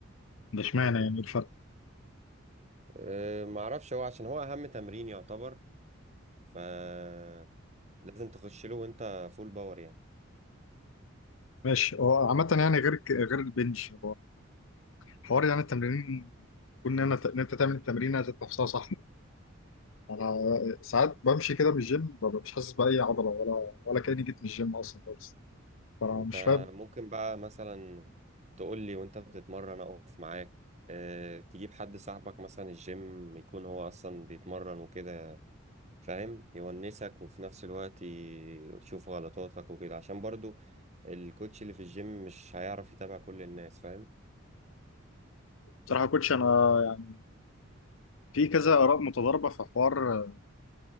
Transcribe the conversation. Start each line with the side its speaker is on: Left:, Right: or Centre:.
Left: ده اشمعنى يعني الفرق
Right: اه معرفش هو عشان هو أهم تمرين يعتبر فلازم تخش له وانت فول باور يعني
Left: ماشي هو عامة يعني غير ك- غير البنج حوار يعني التمرين كون ان أنا- إن انت تعمل التمرين ذات نفسها صح انا ساعات بمشي كده بالجيم ببقى مش حاسس باي عضله ولا ولا كاني جيت من الجيم اصلا خالص فانا
Right: ما انت
Left: مش فاهم
Right: ممكن بقى مثلا تقول لي وانت بتتمرن اقف معاك اه تجيب حد صاحبك مثلا الجيم يكون هو اصلا بيتمرن وكده فاهم يونسك وفي نفس الوقت يشوف غلطاتك وكده عشان برضو الكوتش اللي في الجيم مش هيعرف يتابع كل الناس فاهم
Left: بصراحه يا كوتش انا يعني في كذا اراء متضاربه في حوار آه،